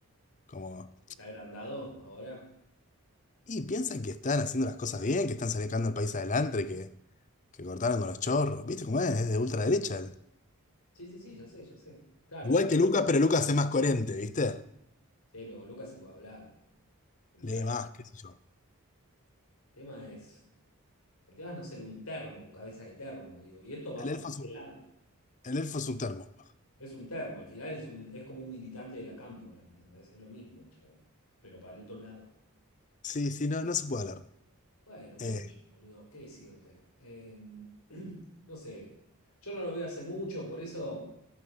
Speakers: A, on the left (about 35°); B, on the left (about 75°).
A: Como,
B: ¿Está agrandado ahora?
A: y piensan que están haciendo las cosas bien, que están sacando el país adelante, que, que cortaron con los chorros, ¿viste cómo es? Es de ultraderecha él.
B: Sí, sí, sí, ya sé, ya sé. Claro,
A: Igual
B: está bien.
A: que Lucas, pero Lucas es más coherente, ¿viste?
B: Sí, pero con Lucas se puede hablar. Olvidar.
A: Lee más,
B: El
A: qué sé yo.
B: tema es. El tema es no ser un termo, un cabeza de termo, digo. Y esto va
A: El
B: para
A: elfo es un,
B: qué lado.
A: el elfo es un termo.
B: Es un termo. Al final es un, es como un militante de la cámpora, ¿entendés? Es lo mismo, el chabón. Pero para el otro lado.
A: Sí, sí, no, no se puede hablar.
B: Bueno, qué
A: Eh,
B: sé yo, boludo, qué decirte. Em, <clears throat> no sé. Yo no lo veo hace mucho, por eso